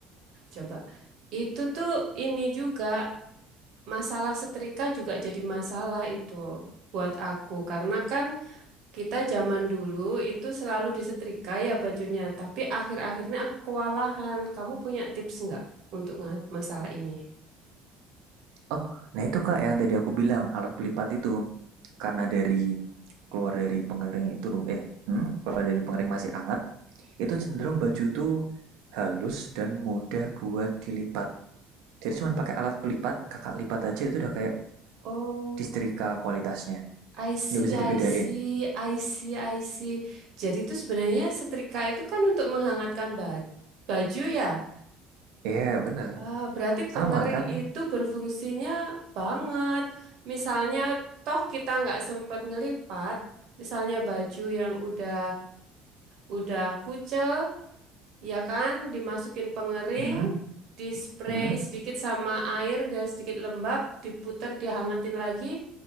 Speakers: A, on the right; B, on the right.
A: Coba. Itu tuh ini juga masalah setrika juga jadi masalah itu buat aku karena kan kita zaman dulu itu selalu disetrika ya bajunya, tapi akhir-akhirnya aku kewalahan. Kamu punya tips nggak untuk nga- masalah ini?
B: Oh, nah itu Kak yang tadi aku bilang alat pelipat itu karena dari keluar dari pengering itu eh hmm, keluar dari pengering masih hangat itu cenderung baju tuh halus dan mudah buat dilipat. Jadi cuma pakai alat pelipat, kakak lipat aja itu udah kayak
A: Oh,
B: disetrika kualitasnya.
A: I see,
B: Nggak bisa
A: I
B: dibedain.
A: see, I see, I see. Jadi itu sebenarnya setrika itu kan untuk menghangatkan ba- baju ya.
B: Iya bener.
A: Ah, berarti pengering
B: Sama kan?
A: itu berfungsinya banget. Misalnya, toh kita nggak sempat ngelipat, misalnya baju yang udah udah kucel, ya kan, dimasukin pengering,
B: Hmm?
A: di spray
B: Hmm?
A: sedikit sama air biar sedikit lembab, diputer, dihangetin lagi,